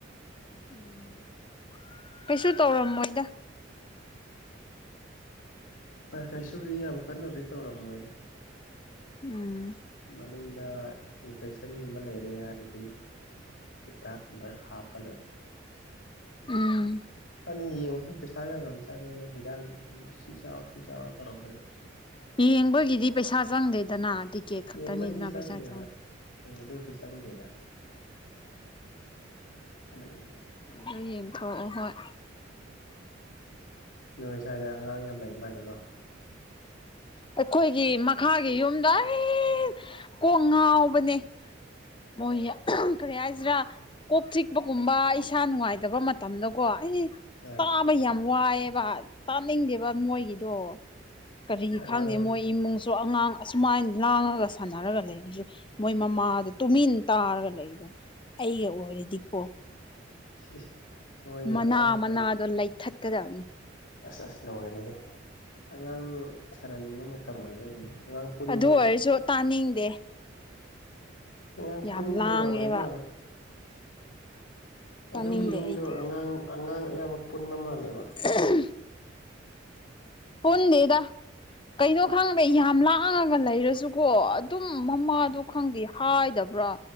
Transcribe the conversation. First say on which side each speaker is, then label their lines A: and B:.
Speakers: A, on the left; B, on the left.
A: ꯎꯝ ꯀꯩꯁꯨ ꯇꯧꯔꯝꯃꯣꯏꯗ
B: ꯍꯣꯏ ꯀꯩꯁꯨꯗꯤ ꯌꯥꯝ ꯀꯟꯅꯕꯨꯗꯤ ꯇꯧꯔꯝꯃꯣꯏꯗ
A: ꯎꯝ
B: ꯃꯅꯨꯡꯗ ꯏꯟꯐꯦꯛꯁꯟꯒꯨꯝꯕ ꯂꯩꯔꯦ ꯍꯥꯏꯔꯗꯤ ꯍꯤꯗꯥꯛꯀꯨꯝꯕ ꯍꯥꯞꯄ ꯂꯣꯏꯔ
A: ꯎꯝ
B: <unintelligible> ꯀꯅ ꯌꯦꯡꯕꯁꯨ ꯄꯩꯁꯥ ꯌꯥꯝ ꯌꯥꯝ ꯆꯪꯉꯦꯅ ꯍꯤꯗꯥꯛ ꯁꯤ ꯆꯥꯎ ꯁꯤ ꯆꯥꯎ ꯇꯧꯔꯛꯄꯗꯣ
A: ꯌꯦꯡꯕꯒꯤꯗꯤ ꯄꯩꯁꯥ ꯆꯪꯗꯦꯗꯅ ꯇꯤꯛꯀꯦꯠ ꯈꯛꯇꯅꯤꯗꯅ
B: ꯌꯦꯡꯕꯩꯗꯤ ꯆꯪꯗꯦ
A: ꯄꯩꯁꯥ ꯆꯪꯕ
B: ꯍꯣꯏ ꯎꯝ ꯑꯗꯨꯕꯨꯗꯤ ꯆꯪꯗꯦꯗ ꯎꯝ
A: ꯑꯗꯨ ꯌꯦꯡꯊꯑꯣ ꯍꯣꯏ
B: ꯅꯣꯏ ꯁ꯭ꯋꯥꯏꯗ ꯑꯉꯥꯡ ꯌꯥꯝ ꯂꯩ ꯃꯥꯜꯂꯦꯀꯣ
A: ꯑꯩꯈꯣꯏꯒꯤ ꯃꯈꯥꯒꯤ ꯌꯨꯝꯗ ꯑꯩ ꯀꯣꯡ ꯉꯥꯎꯕꯅꯦ <unintelligible> ꯀꯔꯤ ꯍꯥꯏꯁꯤꯔꯥ ꯀꯣꯛ ꯆꯤꯛꯄꯒꯨꯝꯕ ꯏꯁꯥ ꯅꯨꯡꯉꯥꯏꯇꯕ ꯃꯇꯝꯗꯀꯣ ꯑꯩ
B: ꯑꯥ
A: ꯕ ꯌꯥꯝ ꯋꯥꯏꯑꯦꯕ ꯇꯥꯅꯤꯡꯗꯦꯕ ꯃꯣꯏꯒꯤꯗꯣ ꯀꯔꯤꯒꯤ
B: ꯑꯉꯥꯡ
A: ꯈꯪꯗꯦ ꯃꯣꯏ ꯏꯃꯨꯡ ꯁꯣ ꯑꯉꯥꯡ ꯑꯁꯨꯃꯥꯏꯅ ꯂꯥꯡꯉꯒ ꯁꯥꯟꯅꯔꯒ ꯂꯩ ꯑꯗꯨꯁꯨ ꯃꯣꯏ ꯃꯃꯥꯗ ꯇꯨꯃꯤꯟ ꯇꯥꯔꯒ ꯂꯩꯗꯅ ꯑꯩꯒ ꯑꯣꯏꯔꯗꯤꯀꯣ
B: <unintelligible>
A: ꯃꯅꯥ
B: ꯑꯉꯥꯡ ꯁꯟ
A: ꯃꯅꯥꯗꯣ ꯂꯩꯊꯠꯀꯗꯕꯅꯤ
B: ꯑꯁ ꯑꯁ ꯂꯣꯏꯔꯦꯍꯦ ꯑꯉꯥꯡ ꯁꯔꯅꯤꯡꯕ ꯃꯇꯝ ꯑꯣꯏꯕꯩꯅꯤꯅ ꯑꯉꯥꯡ ꯄꯨꯟꯕ
A: ꯑꯗꯨ ꯑꯣꯏꯔꯁꯨ ꯇꯥꯅꯤꯡꯗꯦ
B: ꯑꯉꯥꯡ
A: ꯌꯥꯝ
B: ꯄꯨꯟꯕ
A: ꯂꯥꯡꯉꯦꯕ
B: ꯖꯒꯥ ꯑꯣꯏꯕ ꯃꯥꯜꯂꯦ
A: ꯇꯥꯅꯤꯡꯗꯦ
B: ꯑꯗꯨꯒꯤ ꯌꯨꯝꯗꯣ
A: ꯑꯩꯗꯤ
B: ꯑꯉꯥꯡ ꯑꯉꯥꯡ ꯑꯌꯥꯝꯕ ꯄꯨꯟꯕ ꯃꯥꯜꯂꯦꯕ
A: <unintelligible> ꯄꯨꯟꯗꯦꯗ ꯀꯩꯅꯣ ꯈꯪꯗꯦ ꯌꯥꯝ ꯂꯥꯡꯉꯒ ꯂꯩꯔꯁꯨꯀꯣ ꯑꯗꯨꯝ ꯃꯃꯥꯗ ꯈꯪꯗꯦ ꯍꯥꯏꯗꯕ꯭ꯔꯥ